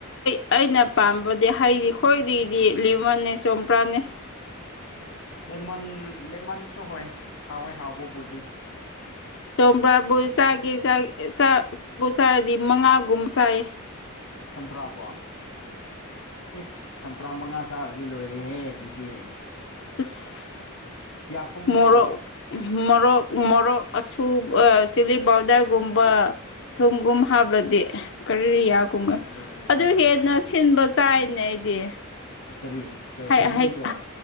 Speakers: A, on the left; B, on the left.
A: ꯑꯩꯅ ꯄꯥꯝꯕꯗꯤ ꯍꯩꯗꯤ ꯈꯈꯣꯏꯗꯒꯤꯗꯤ ꯂꯃꯟꯅꯦ ꯆꯧꯝꯄ꯭ꯔꯥꯅꯦ
B: ꯂꯃꯟ ꯂꯦꯃꯟꯁꯨ ꯍꯣꯏ ꯍꯥꯎꯋꯦ ꯍꯥꯎꯕꯕꯨꯗꯤ <inaudible>
A: ꯆꯣꯕ꯭ꯔꯥꯕꯨ ꯆꯥꯒꯦ ꯆꯥꯕꯨ ꯆꯔꯗꯤ ꯃꯉꯥꯒꯨꯝ ꯆꯥꯏ
B: ꯆꯝꯄ꯭ꯔꯥꯕꯨ ꯏꯁ ꯆꯝꯄ꯭ꯔꯥ ꯃꯉꯥ ꯆꯥꯔꯗꯤ ꯂꯣꯏꯔꯦꯍꯦ ꯑꯗꯨꯗꯤ
A: ꯏꯁ
B: ꯀꯌꯥ ꯀꯨꯝꯗ꯭ꯔꯣ
A: ꯃꯣꯔꯣꯛ ꯃꯣꯔꯣꯛ ꯃꯣꯔꯣꯛ ꯑꯁꯨ ꯆꯤꯂꯤ ꯄꯥꯎꯗꯔꯒꯨꯝꯕ ꯊꯨꯝꯒꯨꯝ ꯍꯥꯞꯂꯗꯤ ꯀꯔꯤ
B: ꯑꯁ
A: ꯌꯥꯀꯨꯝꯒ
B: ꯂꯣꯏꯔꯦꯗ
A: ꯑꯗꯨ
B: ꯂꯣꯏꯔꯦꯗ
A: ꯍꯦꯟꯅ ꯁꯤꯟꯕ ꯆꯥꯏꯅꯦ ꯑꯩꯗꯤ
B: ꯀꯔꯤ ꯀꯔꯤ
A: ꯍꯥꯏꯠ
B: ꯍꯩꯕꯨꯡꯗꯨꯔꯥ
A: ꯑꯍꯤꯠ